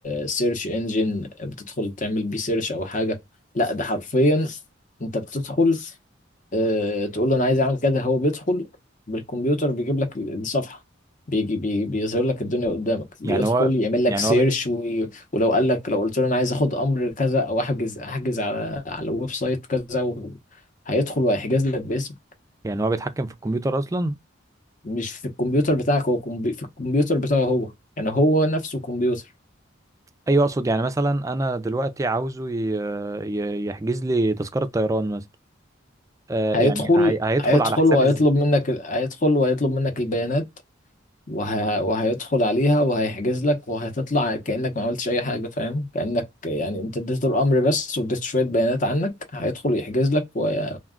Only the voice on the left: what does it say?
سيرش انجن بتدخل تعمل بيه سيرش او حاجة لا ده حرفيا انت بتدخل آه، تقول له انا عايز اعمل كذا هو بيدخل بالكمبيوتر بيجيب لك الصفحه بيجي بي بيظهر لك الدنيا قدامك بيدخل
يعمل لك
سيرش
و... ولو قال لك لو قلت له انا عايز اخد امر كذا او احجز احجز على على الويب سايت كذا و... هيدخل وهيحجز لك باسم
مش في الكمبيوتر بتاعك هو كمبي... في الكمبيوتر بتاعه هو يعني هو نفسه كمبيوتر
هيدخل
هيدخل
وهيطلب منك هيدخل وهيطلب منك البيانات وه... وهيدخل عليها وهيحجز لك وهتطلع كأنك ما عملتش أي حاجة فاهم كأنك يعني أنت اديته الأمر بس واديته شوية بيانات عنك هيدخل يحجز لك وي...